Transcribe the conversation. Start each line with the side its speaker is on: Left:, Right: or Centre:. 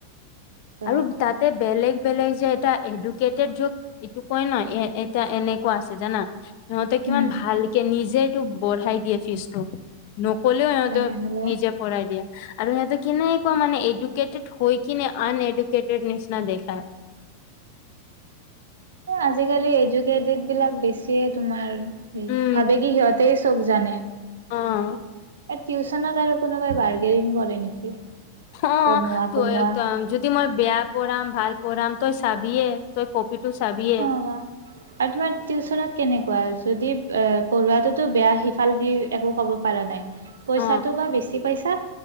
Right: ত'
Left: আৰু, তাতে বেলেগ বেলেগ যে এটা এডুকেটেড যোগ এইটো কয় নহয় এ এটা এনেকুৱা আছে জানা? সিহঁতে কিমান
Right: উম।
Left: ভালকে নিজে এইটো বঢ়াই দিয়ে ফিজটো। নকলেও ইহতে
Right: তেনেহ'লে
Left: নিজে বঢ়াই দিয়ে আৰু সিহতে কেনেকুৱা মানে এডুকেটেড হৈ কিনে আনএডুকেটেড নিচনা দেখায়।
Right: আজিকালি এডুকেটেড বিলাক বেছিয়ে তোমাৰ হেৰি
Left: উম
Right: ভাবে কি সিহঁতে চব জানে?
Left: অ'।
Right: এ টিউচনত আৰু কোনোবাই বাৰ্গেনিং কৰে নেকি?
Left: অ'
Right: কমোৱা
Left: তই
Right: কমোৱা
Left: যদি মই বেয়া পঢ়াম ভাল পঢ়াম তই চাবিয়ে। তই কপি টো চাবিয়ে।
Right: অ আৰু তোমাৰ টিউচনত কেনেকুৱা যদি পঢ়োৱাটোতো বেয়া সিফাল দি একো ক'ব পৰা নাই পইচাটো
Left: অ
Right: বা বেছি পইচা